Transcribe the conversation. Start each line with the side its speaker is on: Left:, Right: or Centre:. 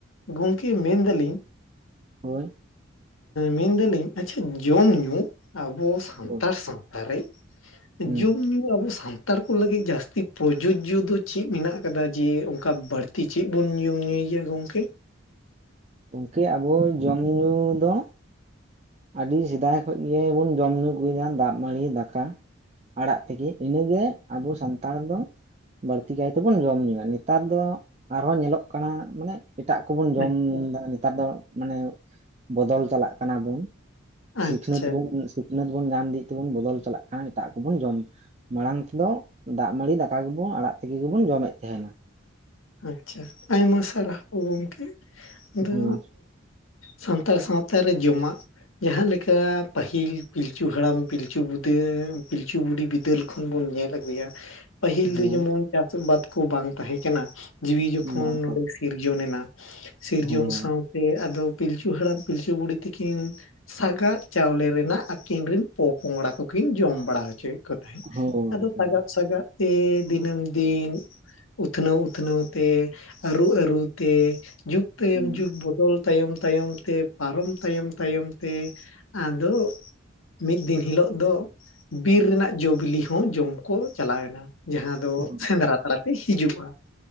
Left: ᱜᱚᱝᱠᱮ ᱢᱮᱱᱫᱟᱞᱤᱧ
Right: ᱦᱳᱭ
Left: ᱢᱮᱱᱫᱟᱞᱤᱧ ᱟᱪᱪᱷᱟ ᱡᱚᱢ ᱧᱩ ᱟᱵᱚ ᱥᱟᱱᱛᱟᱲ
Right: ᱦᱳᱭ
Left: ᱥᱟᱶᱛᱟᱨᱮ
Right: ᱦᱩᱸ
Left: ᱡᱩᱢ ᱧᱩ ᱟᱵᱚ ᱥᱟᱱᱛᱟᱲ ᱠᱚ ᱞᱟᱹᱜᱤᱫ ᱡᱟᱹᱥᱛᱤ ᱯᱚᱡᱽᱡᱳ ᱡᱚ ᱫᱚ ᱪᱮᱫ ᱢᱮᱱᱟᱜ ᱟᱠᱟᱫᱟ ᱡᱮ ᱚᱱᱠᱟ ᱵᱟᱹᱲᱛᱤ ᱪᱮᱫ ᱵᱚᱱ ᱡᱩᱢ ᱧᱩᱭ ᱜᱮᱭᱟ ᱜᱚᱢᱠᱮ?
Right: ᱜᱚᱢᱠᱮ ᱟᱵᱚ ᱡᱚᱢ ᱧᱩ ᱫᱚ ᱟᱹᱰᱤ ᱥᱮᱫᱟᱭ ᱠᱷᱚᱡ ᱜᱮᱵᱚᱱ ᱡᱚᱢ ᱧᱩ ᱟᱹᱜᱩᱭᱮᱫᱟ, ᱫᱟᱜ ᱢᱟᱹᱲᱤ ᱫᱟᱠᱟ᱾ ᱟᱲᱟᱜ ᱛᱮᱜᱮ ᱤᱱᱟᱹ ᱜᱮ ᱟᱵᱚ ᱥᱟᱱᱛᱟᱲ ᱫᱚ᱾ ᱵᱟᱹᱲᱛᱤ ᱠᱟᱭᱛᱮ ᱵᱚᱱ ᱡᱚᱢ ᱧᱩᱭᱟ᱾ ᱱᱮᱛᱟᱨ ᱫᱚ ᱟᱨᱦᱚᱸ ᱧᱮᱞᱚᱜ ᱠᱟᱱᱟ, ᱢᱟᱱᱮ ᱮᱴᱟᱜ ᱠᱚᱵᱚᱱ ᱡᱚᱢ
Left: ᱟᱪᱪᱷᱟ
Right: ᱮᱫᱟ᱾ ᱱᱮᱛᱟᱨ ᱫᱚ ᱢᱟᱱᱮ ᱵᱚᱫᱚᱞ ᱪᱟᱞᱟᱜ ᱠᱟᱱᱟ ᱵᱚᱱ᱾ ᱥᱤᱠᱷᱱᱟᱹᱛ
Left: ᱟᱪᱪᱷᱟ
Right: ᱵᱚᱱ ᱥᱤᱠᱷᱱᱟᱹᱛ ᱵᱚᱱ ᱧᱟᱢ ᱤᱫᱤᱭᱮᱫ ᱛᱮᱵᱚᱱ ᱵᱚᱫᱚᱞ ᱪᱟᱞᱟᱜ ᱠᱟᱱᱟ ᱮᱴᱟᱜ ᱠᱚᱵᱚᱱ ᱡᱚᱢ ᱢᱟᱲᱟᱝ ᱛᱮᱫᱚ ᱫᱟᱜ ᱢᱟᱹᱲᱤ ᱫᱟᱠᱟ ᱜᱮᱵᱚᱱ ᱟᱲᱟᱜ ᱛᱮᱜᱤ ᱜᱮᱵᱚᱱ ᱡᱚᱢᱮᱫ ᱛᱟᱦᱮᱱᱟ᱾
Left: ᱟᱪᱪᱷᱟ ᱟᱭᱢᱟ ᱥᱟᱨᱦᱟᱣ ᱜᱚᱝᱠᱮ᱾ ᱫᱚ
Right: ᱦᱳᱭ
Left: ᱥᱟᱱᱛᱟᱲ ᱥᱟᱶᱛᱟ ᱨᱮ ᱡᱚᱢᱟᱜ ᱡᱟᱦᱟᱸ ᱞᱮᱠᱟ ᱯᱟᱹᱦᱤᱞ ᱯᱤᱞᱪᱩ ᱦᱟᱲᱟᱢ ᱯᱤᱞᱪᱩ ᱵᱩᱫᱟᱹ ᱯᱤᱞᱪᱩ ᱵᱩᱰᱷᱤ ᱵᱤᱫᱟᱹᱞ ᱠᱷᱚᱱ ᱵᱚᱱ ᱧᱮᱞ ᱟᱹᱜᱩᱭᱟ ᱯᱟᱹᱦᱤᱞ
Right: ᱦᱳᱭ
Left: ᱫᱚ ᱡᱮᱢᱚᱱ ᱪᱟᱥ ᱟᱵᱟᱫ ᱠᱚ ᱵᱟᱝ ᱛᱟᱦᱮᱸ ᱠᱟᱱᱟ ᱡᱤᱣᱤ ᱡᱚᱠᱷᱚᱱ
Right: ᱵᱟᱝ
Left: ᱱᱚᱰᱮ ᱥᱤᱨᱡᱚᱱ ᱮᱱᱟ ᱥᱤᱨᱡᱚᱱ
Right: ᱦᱳᱭ
Left: ᱥᱟᱶᱛᱮ ᱟᱫᱚ ᱯᱤᱞᱪᱩ ᱦᱟᱲᱟᱢ ᱯᱤᱞᱪᱩ ᱵᱩᱲᱦᱤ ᱛᱤᱠᱤᱱ ᱥᱟᱜᱟᱫ ᱪᱟᱣᱞᱮ ᱨᱮᱱᱟᱜ ᱟᱹᱠᱤᱱ ᱨᱮᱱ ᱯᱚᱯᱚᱝᱲᱟ ᱠᱚᱠᱤᱱ ᱡᱚᱢ ᱵᱟᱲᱟ ᱦᱚᱪᱚᱭᱮᱫ ᱠᱚᱛᱟᱦᱮᱸᱫ
Right: ᱦᱳᱭ
Left: ᱟᱫᱚ
Right: ᱦᱳᱭ
Left: ᱥᱟᱜᱟᱫ ᱥᱟᱜᱟᱫ ᱛᱮ ᱫᱤᱱᱟᱹᱢ ᱫᱤᱱ ᱩᱛᱱᱟᱹᱣ ᱩᱛᱱᱟᱹᱣ ᱛᱮ ᱟᱹᱨᱩ ᱟᱹᱨᱩ ᱛᱮ ᱡᱩᱜᱽ ᱛᱟᱭᱚᱢ
Right: ᱦᱮᱸ
Left: ᱡᱩᱜᱽ ᱵᱚᱫᱚᱞ ᱛᱟᱭᱚᱢ ᱛᱟᱭᱚᱢ ᱛᱮ ᱯᱟᱨᱚᱢ ᱛᱟᱭᱚᱢ ᱛᱟᱭᱚᱢ ᱛᱮ ᱟᱫᱚ ᱢᱤᱫ ᱫᱤᱱ ᱦᱤᱞᱳᱜ ᱫᱚ ᱵᱤᱨ ᱨᱮᱱᱟᱜ ᱡᱚ ᱵᱤᱞᱤ ᱦᱚᱸ ᱡᱚᱢ ᱠᱚ ᱪᱟᱞᱟᱣᱮᱱᱟ᱾ ᱡᱟᱦᱟ ᱫᱚ
Right: ᱦᱳᱭ
Left: ᱥᱮᱸᱱᱫᱽᱨᱟ ᱛᱟᱞᱟᱛᱮ ᱦᱤᱡᱩᱜᱼᱟ